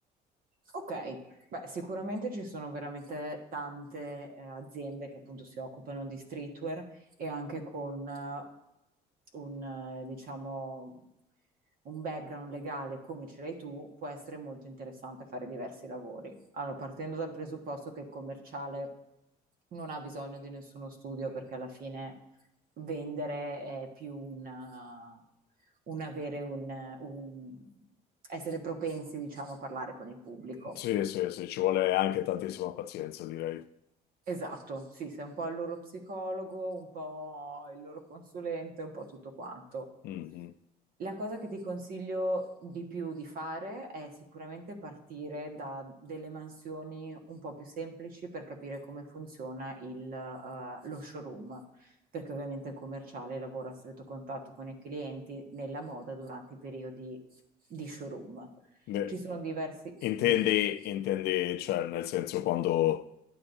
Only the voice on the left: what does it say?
Sì, sì, sì, ci vuole anche tantissima pazienza, direi.
Mhm.
Beh,
Intendi,
intendi, cioè, nel senso quando